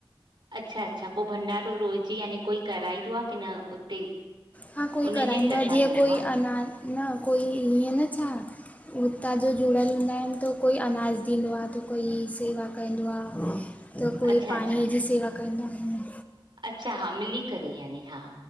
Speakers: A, on the right; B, on the left.
A: अच्छा अच्छा पो भंडारो रोज़ यानी कोई कराईंदो आ की न उते
B: हा कोई
A: उन
B: कराईंदो
A: जे तरफ़ां
B: आ जीअं
A: थींदो
B: कोई
A: आहे
B: अञा न कोई हीअं न छा हुतां जो जुड़ियल हूंदा आहिन त कोई अनाज ॾींदो आ त कोई सेवा कंदो आ त कोई
A: अच्छा
B: पाणीअ
A: अच्छा
B: जी सेवा कंदा आहिनि
A: अच्छा हा मिली करे यानी हा